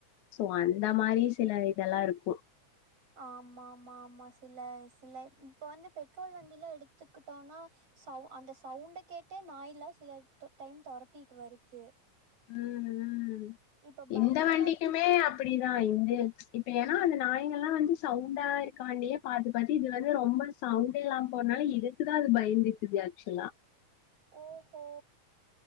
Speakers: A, on the left (about 75°); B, on the right (about 50°).
A: சோ அந்த மாரி சில இதெல்லா இருக்
B: ஆமாம்மாமாஸ் இதுல சில இப்ப வந்து பெட்ரோல் வண்டிலா எடுத்துக்கிட்டோனா சவு அந்த சவ்ண்ட கேட்டே நாய்ல்லா சில தொ டைம் தொரத்தீட்டு வருது
A: ம் ம்
B: இப்ப பைக்கெல்லாம்
A: இந்த வண்டிக்குமே
B: எடுத்து
A: அப்பிடிதா இந்த இப்ப ஏனா அந்த நாய்ங்களா வந்து சவ்ண்டா இருக்கான்டியே பாத்து பாத்து இது வந்து ரொம்ப சவுண்டே இல்லாம் போனாலு இதுக்குதா அது பயந்துருக்குது ஆக்சுலா
B: ஓ ஹோ